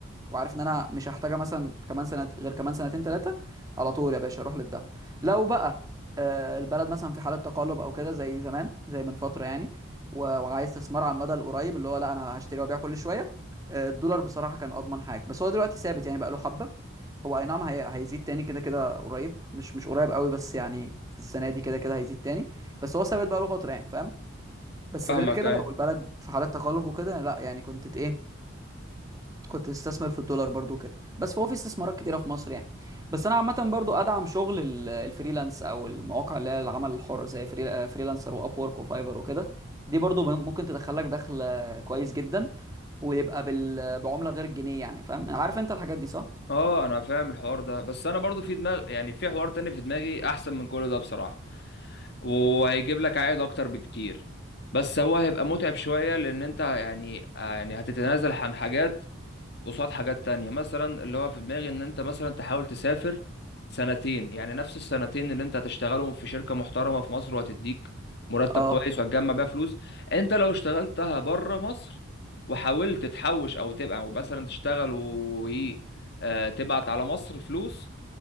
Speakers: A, on the right (about 15°); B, on the left (about 50°).
A: وعارف ان انا مش هحتاجها مثلا كمان سنه غير كمان سنتين ثلاثه على طول يا باشا اروح للدهب لو بقى آه، البلد مثلا في حاله تقلب او كده زي زمان زي من فتره يعني و- وعايز استثمار على المدى القريب اللي هو لا انا هشتري وابيع كل شويه آه، الدولار بصراحه كان اضمن حاجه بس هو دلوقتي ثابت يعني بقى له حبه هو اي نعم هي... هيزيد تاني كده كده قريب مش مش قريب قوي بس يعني في السنه دي كده كده هيزيد تاني بس هو ثابت بقى له فتره يعني فاهم بس
B: فاهمك
A: غير كده
B: ايوه
A: لو البلد في حاله تقلب وكده لا يعني كنت ت- ايه كنت تستثمر في الدولار برضو كده بس فهو في استثمارات كتيره في مصر يعني بس انا عامه برضو ادعم شغل ال- الفريلانس او المواقع اللي هي العمل الحر زي فري... آه، فريلانسر واب وورك وفايفر وكده دي برضو مم- ممكن تدخلك دخل آه، كويس جدا ويبقى بال... بعمله غير الجنيه يعني فاهم عارف انت الحاجات دي صح
B: اه انا فاهم الحوار ده بس انا برضو في دماغ يعني في حوار تاني في دماغي احسن من كل ده بصراحه وهيجيب لك عائد اكتر بكتير بس هو هيبقى متعب شوية لان انت يعني يعني هتتنازل عن حاجات قصاد حاجات تانية مثلا اللي هو في دماغي ان انت مثلا تحاول تسافر سنتين يعني نفس السنتين اللي انت هتشتغلهم في شركة محترمة في مصر وهتديك مرتب
A: اه
B: كويس وهتجمع بيها فلوس انت لو اشتغلتها بره مصر وحاولت تحوش او تبقى او مثلا تشتغل و إيه، آه، تبعت على مصر فلوس